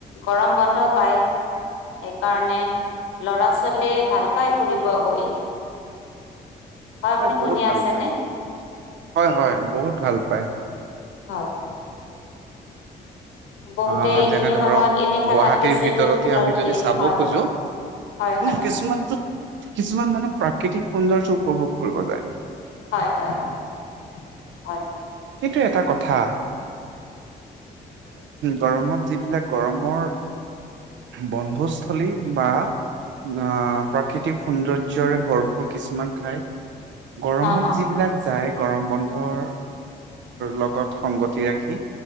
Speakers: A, on the left; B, on the right.
A: গৰম বন্ধ পায়। এইকাৰণে লৰা ছোৱালীয়ে ভাল পাই ফুৰিব গৈ।
B: হয়
A: আপুনি
B: বহুত
A: শুনি
B: ভাল
A: আছেনে
B: পায়। হয় হয় বহুত ভাল পায়।
A: হয় বহুতে
B: আহ
A: এইখিনি
B: যেনে ধৰক,
A: সময়ত এনে থাকাতকে
B: গুৱাহাটীৰ
A: চুইমিং
B: ভিতৰতে
A: পুলত
B: আমি যদি
A: দিয়ে
B: চাব
A: হয়
B: খোজো
A: হয় হয়
B: না কিছুমানতো কিছুমান মানুহ প্ৰাকৃতিক সৌন্দৰ্য উপভোগ কৰিব যায়।
A: হয় হয় হয় হয়।
B: সেইটো এটা কথা। গৰমত যিবিলাক গৰমৰ বন্ধস্থলী বা অহ প্ৰাকৃতিক সৌন্দৰ্যৰে ভৰপূৰ কিছুমান ঠাই গৰমত
A: হা হা
B: যিবিলাক যায় গৰম বন্ধৰ লগত সংগতি ৰাখি,